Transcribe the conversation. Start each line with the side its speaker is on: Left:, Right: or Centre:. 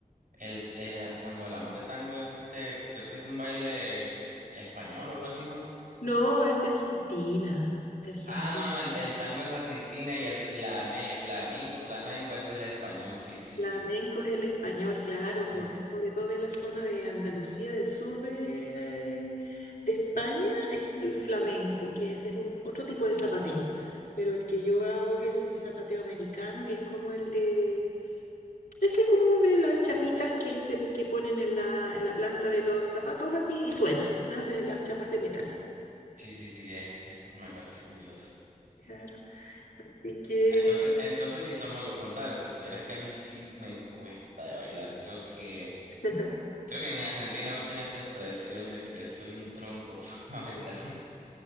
Right: El, eh, cuando hablamos de tango es este, creo que es un baile español o algo así, ¿no?
Left: No, es de Argentina, de Argentina.
Right: Ah, no, no, el, el tango es Argentina y el flame, flamingo, flamengo es el español, sí, sí,
Left: Flamenco
Right: sí.
Left: es el español, claro,
Right: Sí,
Left: pues sobre todo de la zona de Andalucía, del sur de, eh, de España, es el flamenco, que ese es un, otro tipo de zapateo, pero el que yo hago es el zapateo americano y es como el de... Ese como de las chapitas que se que ponen en la, en la planta de los zapatos así y suenan, ¿ah? De las chapas de metal.
Right: sí, sí, sí, eh, eso me parece curioso.
Left: Claro. Así que,
Right: Entonces, entonces sí somos lo contrario, porque vieras que a mí sí me cuesta de bailar, creo que...
Left: <laughs>
Right: Creo que en Argentina usan esa expresión de que soy un tronco <laughs> para bailar.